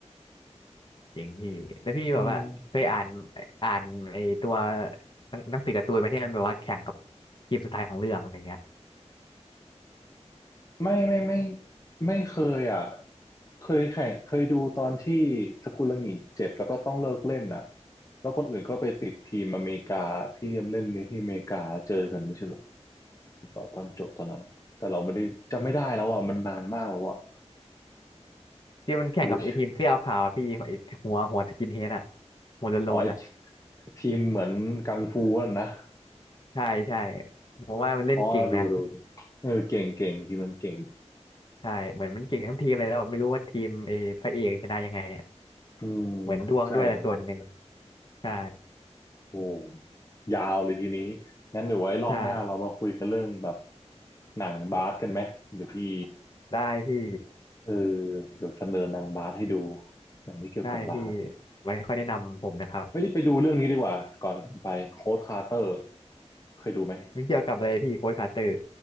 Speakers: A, on the left (about 45°); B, on the left (about 30°).
A: เก่งพี่แล้วพี่แบบว่าเคยอ่าน
B: อืม
A: อ่านไอ้ตัวหนังหนังสือการ์ตูนไหมาที่มันแบบว่าแข่งกับทีมสุดท้ายของเรื่องอะไรเงี้ย
B: ไม่ไม่ไม่ไม่เคยอ่ะเคยแข่งเคยดูตอนที่สกุลหงิเจ็บแล้วก็ต้องเลิกเล่นอ่ะแล้วคนอื่นก็ไปติดทีมอเมริกาที่เล่นในที่อเมริกาเจอกันไม่ใช่เหรอหรือเปล่าตอนจบตอนนั้นแต่เราไม่ได้จำไม่ได้แล้วอ่ะมันนานมากแล้วอ่ะ
A: ที่มันแข่งกับไอ้ทีมเสื้อขาวพี่ไอหัวหัวสกินเฮดอะ
B: หรือ
A: หัวโลนๆอะ
B: อ๋อไอ้ทีมเหมือนกังฟูนั่นนะ
A: ใช่ใช่ผมว่ามันเล่นเก่งนะ
B: อ๋อดูดูดิเออเก่งเก่งทีมมันเก่ง
A: ใช่เหมือนมันเก่งทั้งทีมเลยแล้วแบบไม่รู้ว่าทีมไอพระเอกชนะยังไงอะ
B: อืม
A: เหมือนดวงด้วยแหละส่วนหนึ่ง
B: ใช่ครับ
A: ใช่
B: โอ้ยาวเลยทีนี้งั้นเดี๋ยวไว้รอบหน้าเรามาคุยกันเรื่องแบบ
A: ใช่
B: หนังบาสกันไหมเดี๋ยวพี่
A: ได้พี่
B: เออเดี๋ยวเสนอหนังบาสให้ดูหนังที่เกี่ยวกับบาส
A: ได้พี่ไว้ค่อยแนะนำผมนะครับ
B: เฮ้ยไปดูเรื่องนี้ดีกว่าก่อนไปโค้ดคาร์เตอร์เคยดูไหม
A: มม่เกี่ยวกับอะไรพี่โค้ชคาร์เตอร์